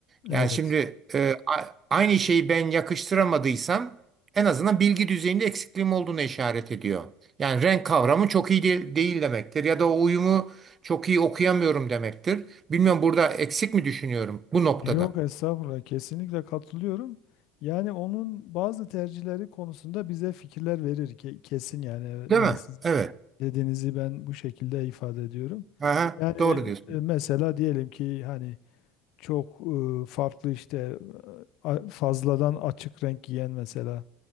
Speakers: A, on the left; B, on the right.
A: Evet.
B: Yani şimdi e, a- aynı şeyi ben yakıştıramadıysam en azından bilgi düzeyinde eksikliğim olduğunu işaret ediyor. Yani renk kavramı çok iyi değil, değil demektir ya da o uyumu çok iyi okuyamıyorum demektir. Bilmiyorum burada eksik mi düşünüyorum bu noktada?
A: Yok estağfurullah kesinlikle katılıyorum. Yani onun bazı tercihleri konusunda bize fikirler verir ki kesin yani. Evet,
B: Değil
A: Yani
B: mi?
A: siz
B: Evet.
A: dediğinizi ben bu şekilde ifade ediyorum.
B: Aha,
A: Yani
B: doğru diyorsun.
A: e, mesela diyelim ki hani çok e, farklı işte e, a- fazladan açık renk giyen mesela